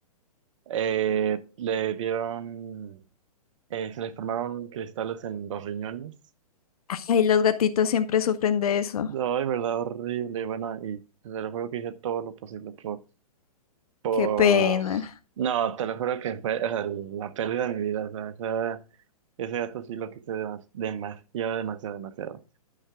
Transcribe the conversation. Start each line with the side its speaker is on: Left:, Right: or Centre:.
Right: eh, le dieron, eh, se le formaron cristales en los riñones
Left: ay, los gatitos siempre sufren de eso.
Right: No, de verdad horrible, bueno, y te lo juro que hice todo lo posible por...
Left: Qué
Right: por-
Left: pena.
Right: No, te lo juro que fue o sea, la pérdida de mi vida, o sea, esa- ese gato sí lo quise demas- demasiado, demasiado, demasiado.